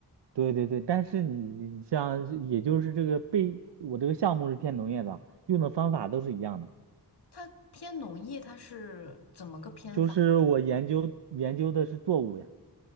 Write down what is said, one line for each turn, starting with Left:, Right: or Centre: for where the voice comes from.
Right: 对对对，但是你像也就是这个被我这个项目是偏农业的，用的方法都是一样的。
Left: 它偏农业，它是怎么个偏法？
Right: 就是我研究研究的是作物呀，